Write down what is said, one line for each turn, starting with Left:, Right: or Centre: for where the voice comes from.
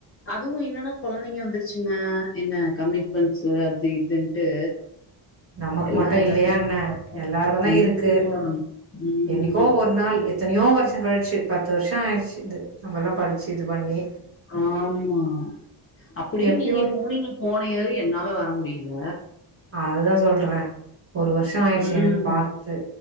Left: அதுவு என்னன்னா கொழந்தைங்க வந்துருச்சுங்க என்ன கமிட்மெண்ட்ஸ் அது இதுன்ட்டு
Right: நமக்கு
Left: எல்லா
Right: மட்டு
Left: எல்லாத்துலயு
Right: இல்லையா என்ன எல்லாருக்கு தா
Left: இருக்குதா
Right: இருக்கு
Left: ம்
Right: என்னைக்கோ ஒரு நாள் எத்தனையோ வருஷோ கழிச்சு பத்து வருஷோ ஆயிடுச்சு இது நம்மல்லா படிச்சு இது பண்ணி
Left: ஆமா அப்டியு
Right: எப்பயோ
Left: நீங்க
Right: ஒரு
Left: போனீங்க போன இயர் என்னால வர முடியல
Right: அதுதா சொல்றே ஒரு வருஷோ ஆயிடுச்சு
Left: ம்
Right: எனக்கு பா து